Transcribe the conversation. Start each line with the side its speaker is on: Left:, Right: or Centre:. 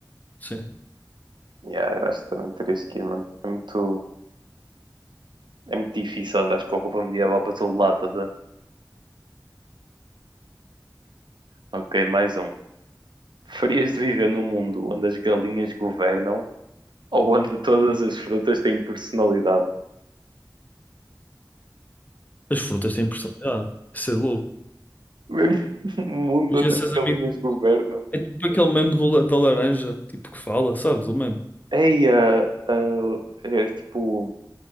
Left: sim.
Right: E há, eu acho que também terias que ir, mano. É muito. É muito difícil andar com roupa medieval para todo lado, estás a- Ok, mais um. Preferias viver num mundo onde as galinhas governam ou onde todas as frutas têm personalidade?
Left: As frutas têm personalidade. Isso é louco.
Right: <laughs> Um mundo
Left: Mas
Right: onde
Left: esses
Right: as galinhas
Left: amigos.
Right: governam.
Left: É tipo aquele meme do la- da laranja, tipo que fala, sabes? O meme.
Right: Ei, ah, ah, é tipo